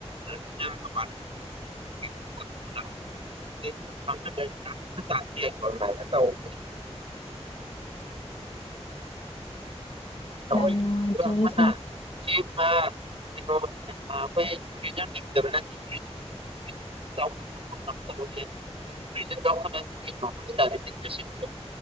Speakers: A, on the right; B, on the left.
A: <unintelligible> <unintelligible> ꯊꯥꯟ ꯑꯗꯨꯃꯥꯢꯅ ꯇꯧꯋꯤ <unintelligible> ꯅꯈꯣꯏ
B: ꯌꯥꯝ ꯅꯨꯡꯉꯥꯏꯖꯔꯦ
A: ꯑꯃꯅ
B: ꯁꯥꯔ
A: <unintelligible> ꯑꯩꯈꯣꯢ ꯅ <unintelligible> ꯁꯤ <unintelligible>